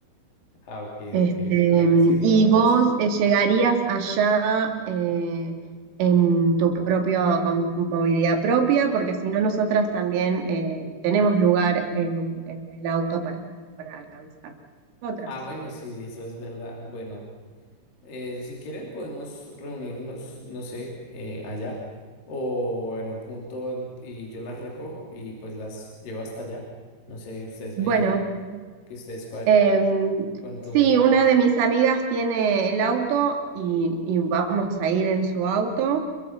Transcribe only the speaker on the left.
Ah, ok,
ok. Bueno, sí, digamos
eso.
Ah, bueno,
sí, eso es verdad. Bueno, eh, si quieren podemos reunirnos, no sé, eh, allá o en un punto en- y yo las recojo y pues las llevo hasta allá. No sé, ustedes
me dirán que ustedes cuadren
cuánto
me diga.
y-